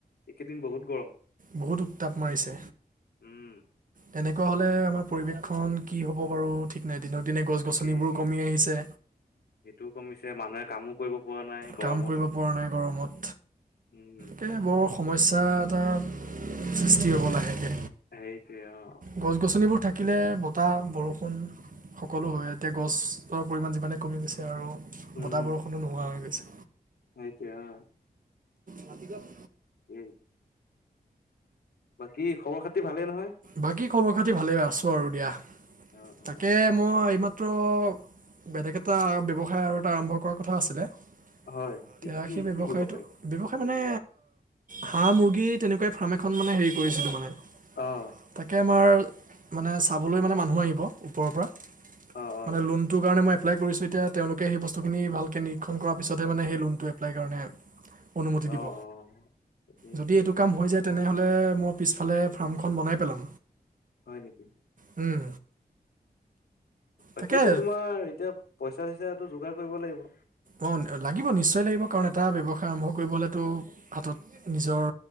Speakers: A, on the left (about 85°); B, on the right (about 55°).
A: একেদিন বহুত গৰম।
B: বহুত উত্তাপ মাৰিছে।
A: উম,
B: তেনেকুৱা হ'লে আমাৰ পৰিৱেশখন কি হ'ব বাৰু ঠিক নাই। দিনক দিনে গছ-গছনিবোৰ
A: তাকে
B: কমি আহিছে।
A: সেইটোও কমিছে মানুহে কামো কৰিব পৰা নাই গৰমত
B: কাম কৰিব পৰা নাই গৰমত
A: উম।
B: তাকে বৰ সমস্যা এটা সৃষ্টি হ'ব লাহেকে।
A: সেইটো অ'।
B: গছ-গছনিবোৰ থাকিলে বতাহ, বৰষুণ সকলো হয় এতিয়া গছৰ পৰিমাণ যিমানে কমি গৈছে আৰু
A: উম,
B: বতাহ-বৰষুণো নোহোৱা হৈ গৈছে।
A: সেইটোৱে অ।
B: মাতিবা <unintelligible>
A: এই বাকী খবৰ-খাতি ভালে নহয়।
B: বাকী খবৰ খাতি ভালে আছো আৰু দিয়া
A: অ', অ',
B: তাকে মই এইমাত্ৰ বেলেগ এটা ব্যৱসায় আৰু এটা আৰম্ভ কৰাৰ কথা আছিলে। তেতিয়া
A: হয়, কি কি
B: সেই ব্যৱসায়টো
A: কি ব্যৱসায়?
B: ব্যৱসায় মানে হাঁহ, মুৰ্গী তেনেকুৱাই ফাৰ্ম এখন মানে হেৰি কৰিছিলো মানে।
A: অ।
B: তাকে আমাৰ মানে চাবলৈ মানে মানুহ আহিব ওপৰৰ পৰা
A: অ', অ'।
B: মানে লোন তোৰ কাৰণেই মই এপ্লাই কৰিছো এতিয়া তেওঁলোকে সেই বস্তুখিনি ভালকে নিৰীক্ষণ কৰাৰ পিছত সেই লোনটো এপ্লাই কাৰণে
A: <inaudible>
B: অনুমতি
A: অ
B: দিব
A: তাকেই
B: যদি এইটো কাম হৈ যায় তেনেহ'লে মই পিছফালে ফাৰ্মখন এখন বনাই পেলাম।
A: হয় নেকি?
B: উম।
A: বাকীটো
B: তাকে
A: তোমাৰ এতিয়া পইচা, চইচাটো যোগাৰ কৰিব লাগিব।
B: অ, লাগিব নিশ্চয় লাগিব কাৰণ এটা ব্যৱসায় আৰম্ভ কৰিব হ'লেতো হাতত নিজৰ